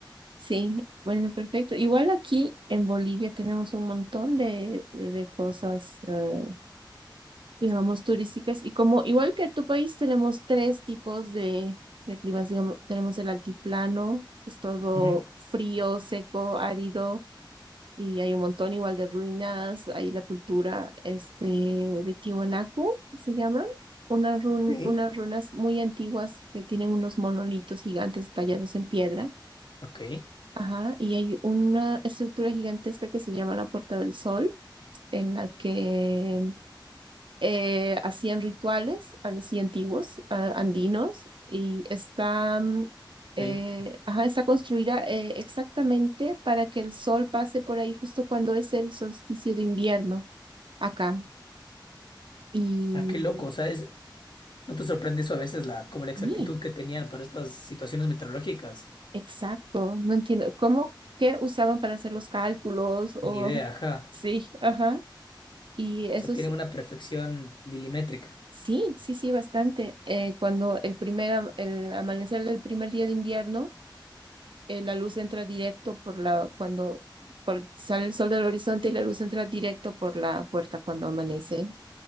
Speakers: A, on the right; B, on the left.
A: Sí, bueno, perfecto. Igual aquí en Bolivia tenemos un montón de, de cosas, eh, digamos, turísticas. Y como igual que tu país, tenemos tres tipos de, de climas, digamos, tenemos el altiplano, es todo
B: Ujú.
A: frío, seco, árido. y hay un montón igual de ruinas, hay la cultura este, de Tiwanaku, se llaman, unas, run-
B: Ok.
A: unas runas muy antiguas que tienen unos monolitos gigantes tallados en piedra,
B: Ok,
A: ajá, y hay una estructura gigantesca que se llama la Puerta del Sol, en la que eh, hacían rituales así antiguos, a- andinos, y está, mm, eh,
B: ok.
A: ajá, está construida eh, exactamente para que el sol pase por ahí justo cuando es el solsticio de invierno acá. Y
B: Ah, qué loco, o sea, es, ¿no te sorprende eso a veces la, como la exactitud
A: sí,
B: que tenían para estas situaciones meteorológicas?
A: exacto, no entiendo cómo, qué usaban para hacer los cálculos o
B: Ni idea, ajá.
A: sí, ajá. Y eso
B: O sea, tienen
A: es,
B: una perfección milimétrica.
A: sí, sí, sí, bastante. Eh, cuando el primer, am- el amanecer del primer día de invierno eh, la luz entra directo por la, cuando por- sale el sol del horizonte y la luz entra directo por la puerta cuando amanece.